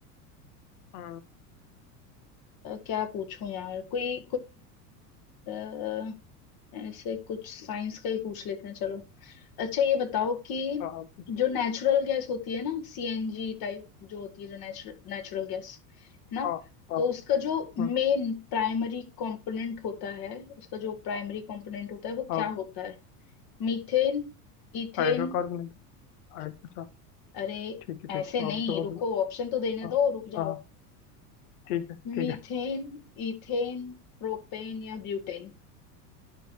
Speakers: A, on the left; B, on the left.
A: अ,
B: क्या पूछूं यार कोई कोई ऐसे कुछ साइंस का ही पूछ लेते हैं चलो अच्छा ये बताओ कि
A: अ, कुछ-
B: जो नेचुरल गैस होती है ना सीएनजी टाइप जो होती है जो नेचुरल नेचुरल गैस है ना
A: अ, अ,
B: तो उसका जो मेन
A: अ,
B: प्राइमरी कंपोनेंट होता है उसका जो प्राइमरी कंपोनेंट होता है वो
A: अ,
B: क्या होता है मीथेन इथेन
A: हाइड्रोकार्बन हाइ- अच्छा
B: अरे
A: ठीक है
B: ऐसे
A: ठीक है और
B: नहीं
A: पूछो और
B: रुको
A: बोलो
B: ऑप्शन तो देने
A: हाँ
B: दो रुक जाओ
A: हाँ हाँ, ठीक है
B: मीथेन
A: ठीक है
B: इथेन प्रोपेन या ब्यूटेन